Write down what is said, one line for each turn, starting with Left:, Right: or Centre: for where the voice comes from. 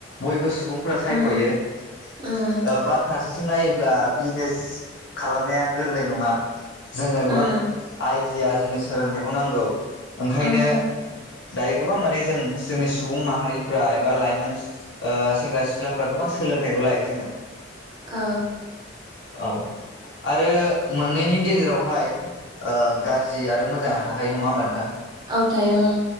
Left: बयबो सुबुं फोरा सायख'यो
Right: उम
Left: ओ
Right: उम
Left: बाद फारसेथिं नायोब्ला बिजनेस खालामनाया गोरलै नङा जोंनो गोबां
Right: उम
Left: आइडिया जोंनो सोलोंथाइखौ नांगौ ओंखायनो
Right: उम
Left: दायो गोबां माने जों जोंनि सुबुं माहारिफ्रा एबा लाइमोन ओ सेंग्रा सिख्लाफ्रा गोबां सोलोंथाइखौ लायो जोङो
Right: औ
Left: औ आरो मोननैनि गेजेरावहाय ओ गाज्रि आरो मोजाङा थाखायो नङा होमबा नोंथां
Right: औ थायो ओं